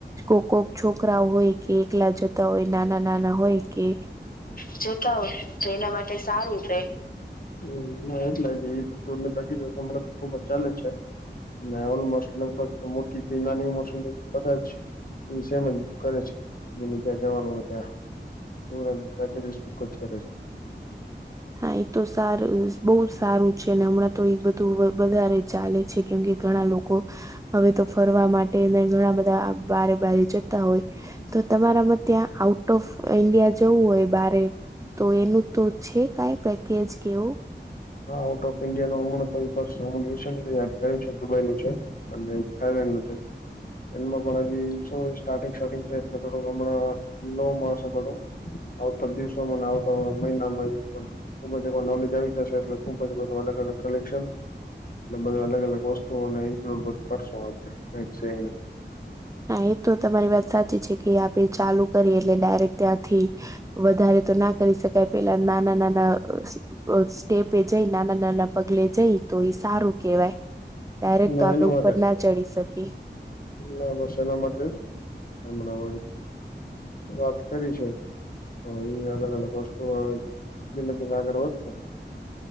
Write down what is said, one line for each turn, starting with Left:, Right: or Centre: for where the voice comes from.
Right: કોક કોક છોકરા હોય કે એકલા જતા હોય નાના નાના હોય કે
Left: કે જતા હોય તો એના માટે સારું રે હમ્મ ના એટલા જ હોય બધુ ભાગી જશે અમારે તો ખુબ જ ચાલે જ છે. ના ઓલમોસ્ટ લગભગ મોટી થઈ નાની મોટી બધા છે. એ સેમ કરે છે એને ત્યાં જવાનું હોય ત્યાં હમ્મ પેકેજ કરેે છે.
Right: હા એ તો સારું બહુ સારું છે અને હમણાં તો એ બધું તો વધારે ચાલે છે કેમ કે ઘણા લોકો હવે તો ફરવા માટે ઘણા બધા બારે બારે જતા હોય તો તમારામાં ત્યાં આઉટ ઓફ ઈન્ડિયા જવું હોય બારે તો એનું તો છે. કાઈ પેકેજ કે એવું
Left: હા આઉટ ઓફ ઈન્ડિયા નો હમણા રિસેલી યાદ કરી છે દુબઈ નું છે અને થાઈલેન્ડ નું છે એમાં પણ હજી શું સ્ટાર્ટિંગ સ્ટાર્ટિંગ છે એટલે થોડુંક હમણાં ન મળશે બધું આવતા દિવસોમાં આવતા મહિનામાં અમુક નોલેજ આવી જશે. એટલે ખૂબ જ બધું અલગ અલગ કલેક્શન એટલે બધુ અલગ અલગ વસ્તુઓ ને ઇન્ક્લુડ કાઈ છે ઇ
Right: હા એ તો તમારી વાત સાચી છે કે આપે ચાલુ કરીએ એટલે ડાયરેક્ટ ત્યાંથી વધારે તો ના કરી શકાય પેલા નાના નાના સ્ટેપે જઈ નાના નાના પગલે જઈ તો એ સારું કેહેવાય. ડાયરેક્ટ
Left: ના
Right: તો આપે
Left: એના
Right: ઉપર
Left: માટે
Right: ના ચડી શકી
Left: ના બસ એના માટે જ હમણા વાત કરી છે. હા એ અલગ અલગ વસ્તુ માટે ધીમે ધીમે આગળ વધતું હોત